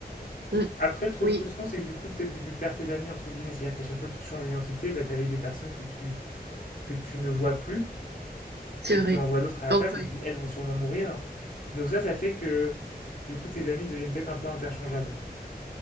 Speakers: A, on the right; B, on the left.
A: mm,
B: Après, le truc
A: oui,
B: frustrant, c'est que du coup, peut-être que tu perds tes amis, entre guillemets. C'est-à-dire qu'à chaque fois que tu changes d'identité, bah, t'avais des personnes que tu, que tu ne vois plus.
A: c'est
B: Et
A: vrai.
B: tu envoies d'autres à la
A: Donc
B: place,
A: ouais.
B: et puis elles vont sûrement mourir. Donc ça, ça fait que du coup tes amis deviennent peut-être un peu interchangeables.